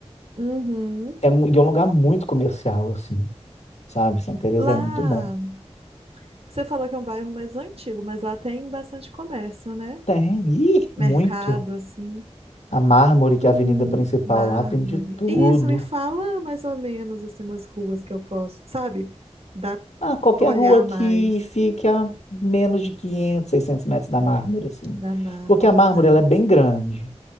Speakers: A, on the right; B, on the left.
A: Uhum.
B: É, mu- e é um lugar muito comercial, assim. sabe? Santa Teresa
A: Lá,
B: é muito bom.
A: você falou que é um bairro mais antigo, mas lá tem bastante comércio, né?
B: Tem, e
A: mercado,
B: muito.
A: assim,
B: A Mármore, que
A: Uhum.
B: é a avenida principal
A: mármore.
B: lá, tem de tudo.
A: isso me fala mais ou menos, assim, umas ruas que eu posso, sabe? Dá
B: Ah, qualquer
A: olhar
B: rua
A: mais
B: que fique a menos de 500, 600 metros da Mármore, assim.
A: da mármore,
B: Porque a Mármore,
A: tá?
B: ela é bem grande,